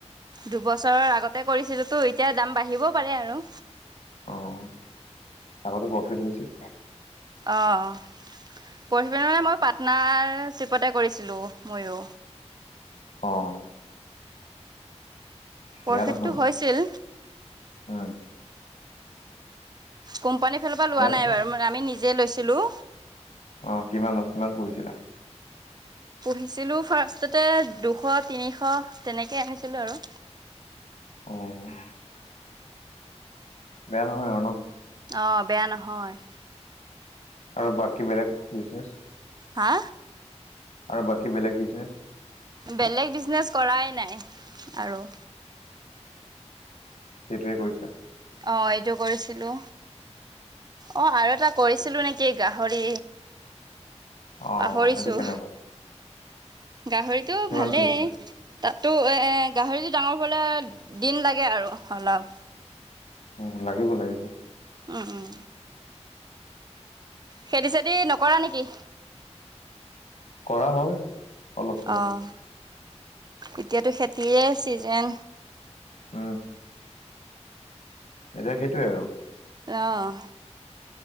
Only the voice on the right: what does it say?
দুবছৰৰ আগতে কৰিছিলোতো এতিয়া দাম বাঢ়িবও পাৰে আৰু।
অঁ। পৰুখি বা মানে মই পাটনাৰ চ্ৰিপতে কৰিছিলোঁ ময়ো।
প্ৰফিটটো
হৈছিল
কোম্পানীৰ ফালৰ পৰা লোৱা
নাই
বাৰু আমি নিজেই লৈছিলোঁ।
পুহিছিলোঁ ফাৰ্ষ্টতে দুশ, তিনিশ তেনেকে আনিছিলোঁ আৰু।
অঁ বেয়া নহয়।
হা?
বেলেগ বিজনেছ কৰাই নাই আৰু।
অঁ এইটো কৰিছিলো, অঁ আৰু এটা কৰিছিলো নে কি গাহৰি
পাহৰিছোঁ।
গাহৰিটো
ভালেই।
তাতো এ গাহৰিটো ডাঙৰ হবলে দিন লাগে আৰু অলপ।
উম উম। খেতি চেতি নকৰা নেকি?
অঁ, এতিয়াতো খেতিয়ে ছিজেন।
অঁহ।